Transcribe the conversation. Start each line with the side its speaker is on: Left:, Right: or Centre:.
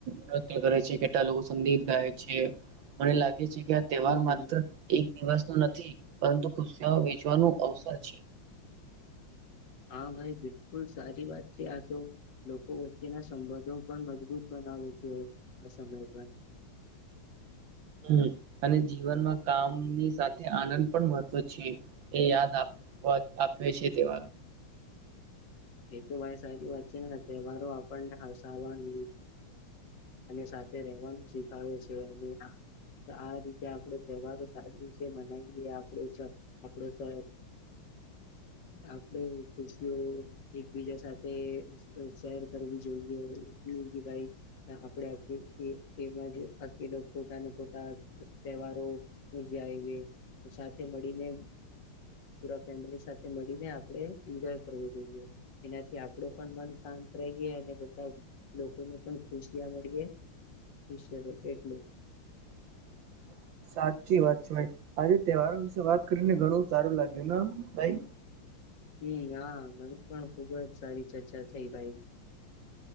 Right: નૃત્ય કરે છે, કેટલા લોકો મંદિર ગાય છે, મને લાગે કે આ તહેવાર
Left: હમ
Right: માત્ર એક દિવસનો નથી, પરંતુ ખુશી વેચવાનું અવસર છે.
Left: હા, ભાઈ બિલકુલ સારી વાત છે. આ તો લોકો વચ્ચેના સંબંધો પણ મજબૂત બને છે, આ સમય પર
Right: <unintelligible> <inaudible> હુ, અને જીવનમા કામની સાથે આનંદ પણ મહત્વ છે. એ યાદ આપ આપ્યો છે, તેવાર
Left: એ તો ભાઈ સારી વાત છેને, તહેવારો આપણને હસાવાનુ અને સાથે રહેવાનું શીખાવે છે, અને આ રીતે આપણે તહેવારો, સારી રીતે મનાવીએ આપણે આપણો આપડે ખુશીઓ એકબીજા સાથે શેર કરવી જોઈએ, કે ભાઈ આપડે આ એમાજે, પોતાના પોતા તહેવારો જ આવે સાથે મળીને પુરા ફેમિલી, સાથે મળીને આપણે એન્જોય કરવો જોઈએ એનાથી આપણો, પણ મન શાંત રહીએ અને બધા લોકોને પણ ખુશિયા મળીએ વિષયબ એટલું જ
Right: <unintelligible> <inaudible> સાચી વાત છે, ભાઈ આજે તહેવારો વિશે વાત કરીને ઘણું સારું લાગ્યું ને ભાઈ
Left: હમ્મ, હા મને પણ ખુબજ સારી ચર્ચા થઈ ભાઈ